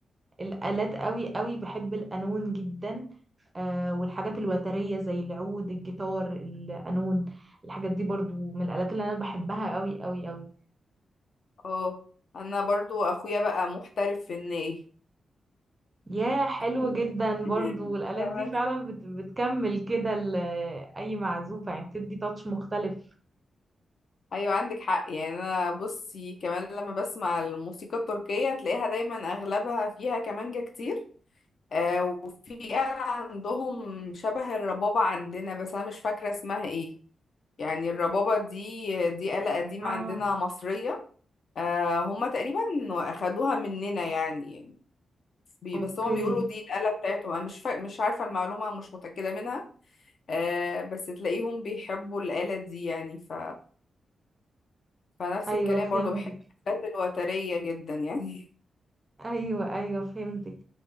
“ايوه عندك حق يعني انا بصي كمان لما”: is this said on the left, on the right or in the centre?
Left